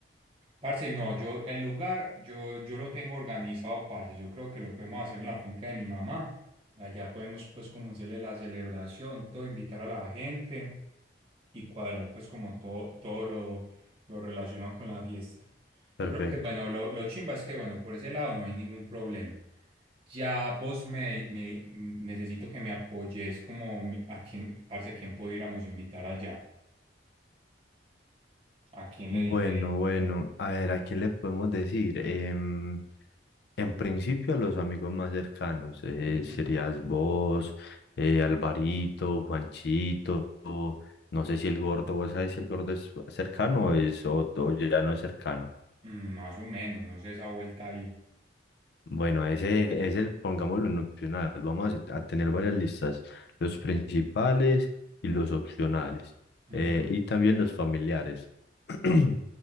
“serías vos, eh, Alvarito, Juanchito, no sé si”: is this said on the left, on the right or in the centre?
Left